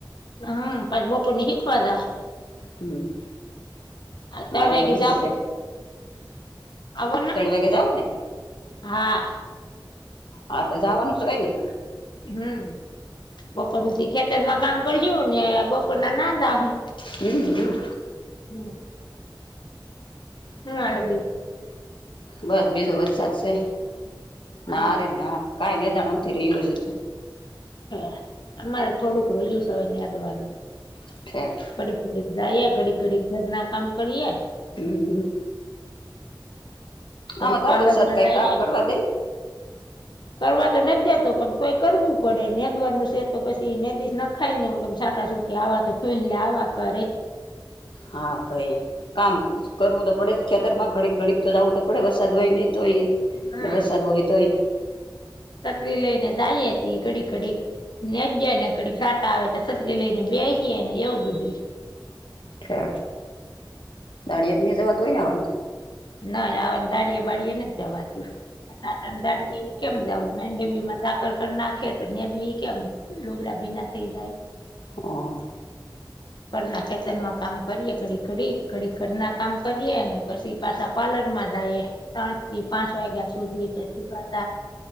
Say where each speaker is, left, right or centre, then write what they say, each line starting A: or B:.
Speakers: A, on the left; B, on the left.
A: હા પણછ બપ ની હિખવા જ.
B: હમ
A: હ તણ
B: મારે
A: વાગે
B: એમ
A: જવું.
B: જ છે
A: આવોને
B: ત્રણ વાગે જવું ને
A: હા.
B: હા તો જવાનું છે હોય નહ.
A: હમ્મ બપોર સુધી ખેતરમાં કામ કરજ ને બપોર ના નાંદ હું.
B: હમ હમ.
A: હ હમ બે.
B: બસ બીજો વ જ સાચશે ના
A: હા
B: ર ના કાઈ ને દાણુંથી રહ્યું જ તું.
A: હ અમારે થોડુંક રહયુંસ હવે ની આદવાનું.
B: ફઠેક.
A: કડી કડી જઈએે ઘડી ઘડી ઘર ના કામ કરીએ
B: હમ્મ
A: ઘડીક
B: આમાં તો
A: પાર્લરમાં
B: આ વરસાદ કઈ
A: જઈએ
B: કામ કરવા દે
A: કરવા તો ન દેતો પણ કોઈ કરવું પડે નેદવાનું છે તો પછી નેદીશ નખાય ને કેમ સાટા સુટ કે આવા તો ફ લ આવા કરે
B: હા ભાઈ કામ કરવું તો પડે ખેતર માં ઘડીક ઘડીક તો જવું તો પડે વરસાદ હોય નહ તોય
A: હમ
B: ને વરસાદ હોય તોય
A: તતરી લઈને જાય હતી ઘડી ઘડી ને જયા ને કડી સાતા આવે તો સતરી લઈ ને બેસીએ ને એવું બધું
B: અ દાળિયેત ની જવાત હોય ને આવવાનું
A: નાહી આ અંધારીયે બળી ન જવાતું અંધારીયે કેમ જવ ડવી માં સાકર કર નાખે તો નેડવી કેમ લોગડા ભીના થઈ જાય
B: હ
A: ખરના ખેચરમાં કામ કરીએે ખડી ખડી ખડી ખરના કામ કરીએે અને પછી પાછા પાર્લર માં જઈએ ત્રણ થી પાંચ વાગ્યા સુધી પછી પાછ